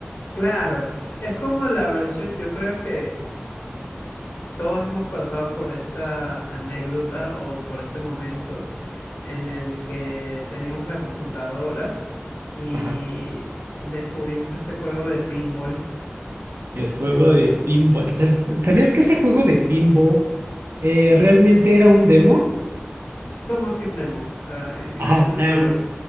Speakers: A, on the left (about 70°); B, on the right (about 65°).
A: Claro, es como la versión, yo creo que todos hemos pasado por esta anécdota o por este momento en el que teníamos la computadora y
B: Ajá.
A: descubrimos este juego de pinball.
B: El juego de pinball. ¿Te has- ¿Sabías que ese juego de pinball Eh, realmente era un demo.
A: ¿Cómo que un demo? Ah, ¿en
B: Ajá.
A: en qué sentido?
B: em,